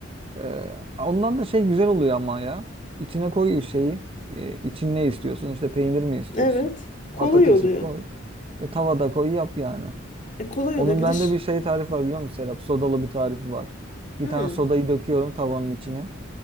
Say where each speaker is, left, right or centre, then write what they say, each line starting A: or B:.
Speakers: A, on the right (about 30°); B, on the left (about 40°).
A: Ee, ondan da şey güzel oluyor ama ya. İçine koy şeyi. Ee, için ne istiyorsun? İşte peynir mi istiyorsun?
B: Evet. Kolay
A: Patates
B: oluyor.
A: mi koy? E, tavada koy yap yani.
B: E, kolay
A: Onun
B: oluyor. Bir
A: bende
B: de ş-
A: bir şey tarifi var biliyor musun Serap? Sodalı bir tarifi var. Bir
B: Hı.
A: tane sodayı döküyorum tavanın içine.